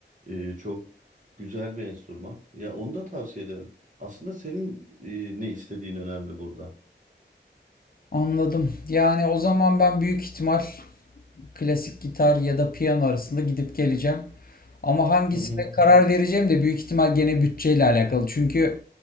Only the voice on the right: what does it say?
e, çok güzel bir enstrüman. Ya onu da tavsiye ederim. Aslında senin e, ne istediğin önemli burada.
Hı hı,